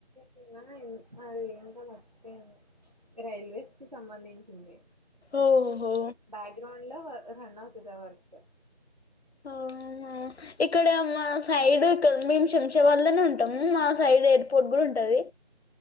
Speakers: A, on the right (about 45°); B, on the left (about 80°).
A: నిన్న అది ఇంకా మర్చిపోయాను రైల్వేస్ కి సంబంధించింది
B: ఓహో
A: బ్యాక్గ్రౌండ్ లో రన్ అవుతది ఆ వర్క్
B: ఆ ఉ నా ఇక్కడ మా సైడ్ ఇక్కడ మేం శంషాబాద్ల నే ఉంటం మా సైడ్ ఎయిర్పోర్ట్ కూడా ఉంటది